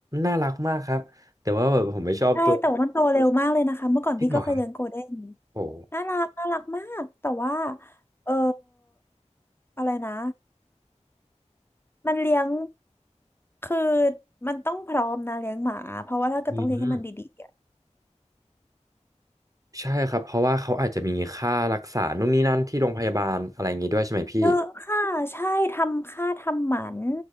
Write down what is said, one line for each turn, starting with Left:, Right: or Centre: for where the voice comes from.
Right: น่ารักมากครับแต่ว่าแบบผมไม่ชอบตัว
Left: ใช่แต่ว่ามันโตเร็วมากเลยนะคะเมื่อก่อนพี่ก็เคยเลี้ยงโกลเด้น
Right: จริงเหรอครับโอ้
Left: น่ารักน่ารักมากแต่ว่าเอออะไรนะมันเลี้ยงคือมันต้องพร้อมนะเลี้ยงหมาเพราะว่าถ้าเกิดต้องเลี้ยงให้มันดีๆ
Right: อืมใช่ครับเพราะว่าเขาอาจจะมีค่ารักษานู่นนี่นั่นที่โรงพยาบาลอะไรอย่างงี้ด้วยใช่ไหมพี่
Left: เยอะค่ะใช่ทำค่าทำหมัน